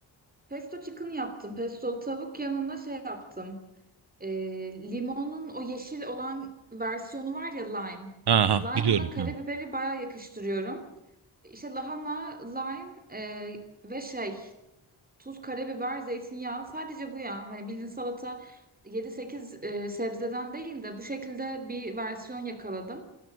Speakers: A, on the right; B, on the right.
A: pesto chicken yaptım. Pestolu tavuk yanına şey yaptım. Ee, limonun o yeşil olan versiyonu var ya lime.
B: Ha, ha
A: Lime'la
B: biliyorum.
A: karabiberi
B: Ha.
A: baya yakıştırıyorum. İşte lahana, lime e, ve şey tuz, karabiber, zeytinyağı sadece bu ya. Hani bildiğin salata yedi sekiz e, sebzeden değil de bu şekilde bir versiyon yakaladım.